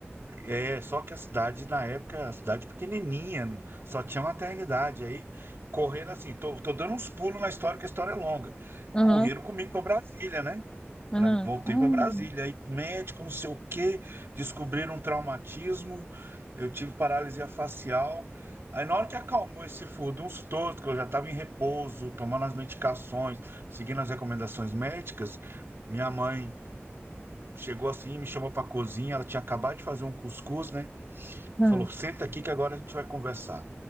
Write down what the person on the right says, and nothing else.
É, só que a cidade, na época, a cidade pequenininha, só tinha maternidade. Aí, correram assim, tô, tô dando uns pulos na história, que a história é longa.
Correram comigo para Brasília, né? Pra-
voltei
para Brasília. Aí, médico, não sei o quê, descobriram um traumatismo, eu tive paralisia facial. Aí, na hora que acalmou esse furdunço todo, que eu já estava em repouso, tomando as medicações, seguindo as recomendações médicas, minha mãe. Chegou assim, me chamou para a cozinha. Ela tinha acabado de fazer um cuscuz, né?
E Falou: senta aqui que agora a gente vai conversar.